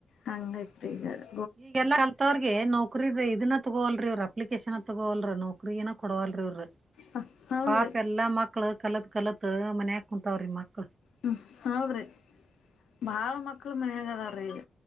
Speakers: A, on the left; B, on the right.
A: ಹಂಗಾಯ್ತು <inaudible>
B: ಈ ಎಲ್ಲಾ ಕಲ್ತವ್ರಗೆ ನೌಕ್ರರಿ ಇದನ್ನ ತಗೋಲ್ರಿ ಇರು ಅಪ್ಲಿಕೇಶನ್ ತಗೋಲ್ರ ನೌಕರಿ ಏನ ಕೊಡವಲ್ರಿ ಇವ್ರ
A: ಹ ಹೌದ್ರಿ
B: ಪಾಪ ಎಲ್ಲಾ ಮಕ್ಳ ಕಲತ್ ಕಲತ್. ಮನೆ ಹಾಕ ಕುಂತಾವ್ರೀ ಮಕ್ಳ.
A: ಹ್ಮ ಹೌದ್ರಿ ಬಹಳ ಮಕ್ಕಳು ಮನೆಯಾಗ ಅದ ಅರಿಲ್ಲ